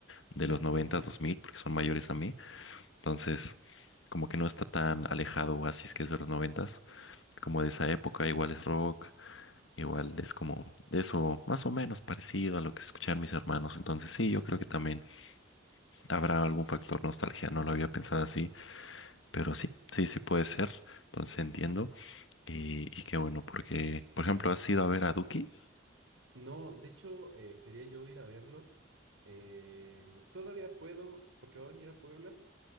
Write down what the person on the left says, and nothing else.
de los noventa, dos mil, porque son mayores a mí, entonces... Como que no está tan alejado Oasis, que es de los noventas, como de esa época, igual es rock, Igual es como eso, más o menos parecido a lo que escuchar mis hermanos. Entonces sí, yo creo que también habrá algún factor nostalgia. No lo había pensado así, pero sí, sí, sí puede ser. Entonces entiendo. Y, y qué bueno, porque, por ejemplo, has ido a ver a Duki.